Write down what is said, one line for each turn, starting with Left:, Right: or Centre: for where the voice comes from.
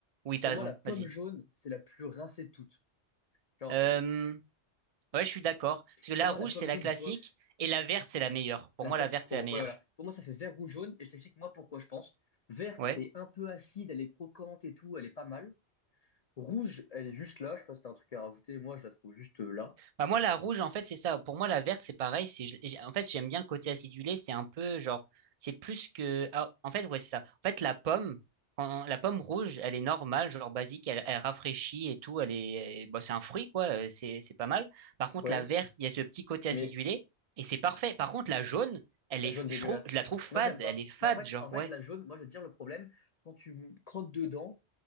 Right: Oui, t'as
Left: Pour
Right: raison,
Left: moi, la pomme
Right: vas-y.
Left: jaune, c'est la plus rincée de toutes. Genre,
Right: Euh, ouais, je suis d'accord. Parce que la
Left: pour moi,
Right: rouge,
Left: la pomme
Right: c'est la
Left: jaune,
Right: classique,
Left: bof.
Right: et la verte, c'est la meilleure. Pour
Left: La
Right: moi,
Left: verte,
Right: la verte,
Left: c'est trop
Right: c'est la
Left: bon.
Right: meilleure.
Left: Ouais, voilà. Pour moi, ça fait vert ou jaune. Et je t'explique, moi, pourquoi je pense. Vert,
Right: Ouais.
Left: c'est un peu acide, elle est croquante et tout, elle est pas mal. Rouge, elle est juste là. Je sais pas si t'as un truc à rajouter. Moi, je la trouve juste euh, là.
Right: Bah, moi, la rouge, en fait, c'est ça. Pour moi, la verte, c'est pareil. C'est, j'ai- en fait, j'aime bien le côté acidulé. C'est un peu genre, c'est plus que. ah, en fait, ouais, c'est ça. En fait, la pomme, quand- la pomme rouge, elle est normale, genre basique. Elle, elle rafraîchit et tout. Elle est, bon, c'est un fruit, quoi. euh, C'est, c'est pas mal. Par contre,
Left: Ouais.
Right: la verte, il y a ce petit côté
Left: Mais
Right: acidulé et c'est parfait. Par contre, la jaune, elle
Left: La
Right: est,
Left: jaune dégueulasse.
Right: je trouve, je la trouve fade.
Left: Moi, j'aime pas.
Right: Elle est fade,
Left: Mais en fait,
Right: genre,
Left: en
Right: ouais.
Left: fait, la jaune, moi, je veux te dire le problème, quand tu m- croques dedans,